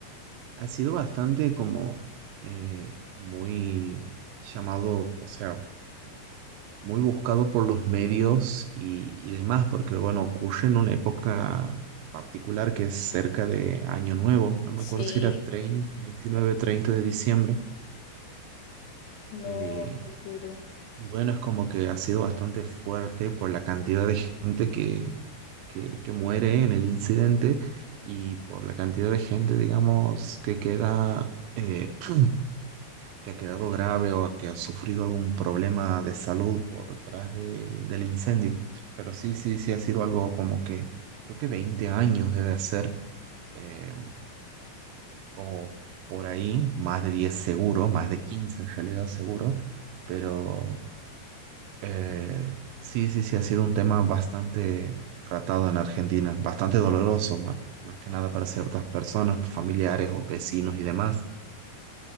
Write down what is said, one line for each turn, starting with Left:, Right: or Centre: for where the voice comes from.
Right: ha sido bastante como eh, muy llamado, o sea, muy buscado por los medios y, y demás, porque bueno, ocurre en una época particular que es cerca de Año Nuevo, no me acuerdo
Left: Sí,
Right: si era 30, 29, 30 de diciembre,
Left: No,
Right: eh,
Left: muy duro.
Right: y bueno, es como que ha sido bastante fuerte por la cantidad de gente que, que, que muere en el incidente y por la cantidad de gente, digamos, que queda... eh, <clears throat> que ha quedado grave o a que ha sufrido algún problema de salud por detrás del, del incendio. Pero sí, sí, sí ha sido algo como que creo que 20 años debe ser, eh, o por ahí, más de 10 seguro, más de 15 en realidad seguro, pero eh, sí, sí, sí ha sido un tema bastante tratado en Argentina, bastante doloroso, más, más que nada para ciertas personas, familiares o vecinos y demás.